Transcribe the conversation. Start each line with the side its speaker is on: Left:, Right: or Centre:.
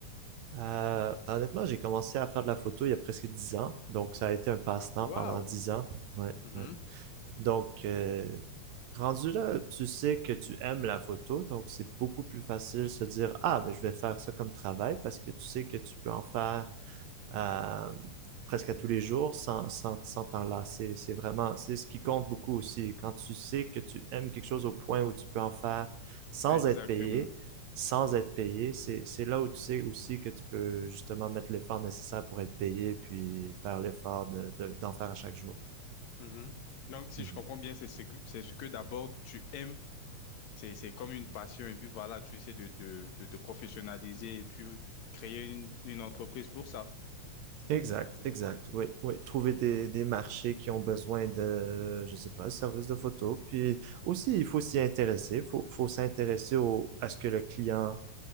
Right: Euh, ben, honnêtement, j'ai commencé à faire de la photo il y a presque dix ans, donc ça a été un passe-temps
Left: Wow.
Right: pendant dix ans. Ouais,
Left: Mhm.
Right: ouais. Donc, euh, rendu là, tu sais que tu aimes la photo, donc c'est beaucoup plus facile de se dire, ah, ben, je vais faire ça comme travail parce que tu sais que tu peux en faire euh, presque à tous les jours sans, sans, sans t'enlacer. C'est vraiment, c'est ce qui compte beaucoup aussi. Quand tu sais que tu aimes quelque chose au point où tu peux en faire sans
Left: Exactement.
Right: être payé, sans être payé, c'est, c'est là où tu sais aussi que tu peux justement mettre l'effort nécessaire pour être payé, puis faire l'effort de, de- d'en faire à chaque jour.
Left: Mhm. Donc si
Right: Mhm.
Left: je comprends bien, c'est ce que, c'est ce que d'abord tu aimes. C'est, c'est comme une passion et puis voilà, tu essaies de, de, de te professionnaliser et puis créer une, une entreprise pour ça.
Right: Exact, exact. Oui, oui. Trouver des, des marchés qui ont besoin de, je sais pas, services de photo. Puis aussi, il faut s'y intéresser. Il faut, faut s'intéresser au, à ce que le client